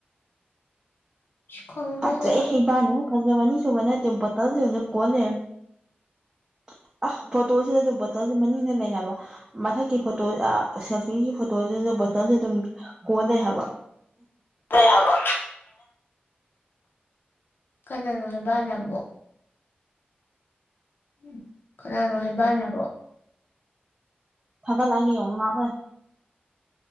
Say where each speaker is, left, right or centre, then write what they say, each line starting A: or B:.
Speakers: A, on the left; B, on the right.
A: ꯈꯪꯗꯦꯗ
B: ꯐꯖꯩ ꯏꯕꯥꯅꯤ ꯐꯖꯕꯅꯤ ꯁꯨꯕ <unintelligible> ꯑ ꯐꯣꯇꯣꯁꯤꯗꯖꯨ ꯕꯣꯇꯜꯖꯦ ꯃꯅꯤꯡꯗ ꯂꯩ ꯍꯥꯏꯕ ꯃꯊꯛꯀꯤ ꯐꯣꯇꯣ ꯑ ꯁꯦꯜꯐꯤꯒꯤ ꯐꯣꯇꯣꯖꯤꯗ ꯕꯣꯇꯜꯖꯦ ꯑꯗꯨꯝ <unintelligible> ꯍꯥꯏꯕ <unintelligible>
A: <unintelligible> ꯍꯥꯏꯕ ꯀꯅꯥꯅꯣ ꯍꯥꯏꯕ ꯅꯕꯨ ꯎꯝ ꯀꯅꯥꯅꯣ ꯍꯥꯏꯕ ꯅꯕꯣ
B: ꯊꯥꯒꯠꯂꯒꯦ ꯌꯦꯡꯉꯨ ꯉꯥꯛꯂꯩ